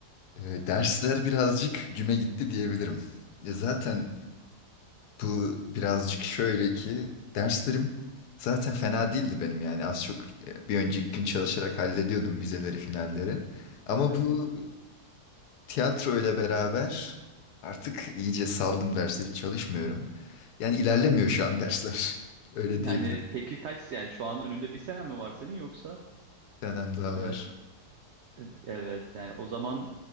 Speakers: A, on the left; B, on the right.
A: E, dersler birazcık güme gitti diyebilirim. E, zaten bu birazcık şöyle ki derslerim zaten fena değildi benim yani az çok e, bir önceki gün çalışarak hallediyordum vizeleri, finalleri. Ama
B: Evet.
A: bu Tiyatro ile beraber artık iyice saldım dersleri çalışmıyorum. Yani ilerlemiyor şu an dersler. <laughs> Öyle
B: Yani
A: diyebilirim.
B: peki kaç yani şu an önünde bir sene mi var senin yoksa?
A: Bir tanem daha
B: Ee,
A: var.
B: e, evet yani o zaman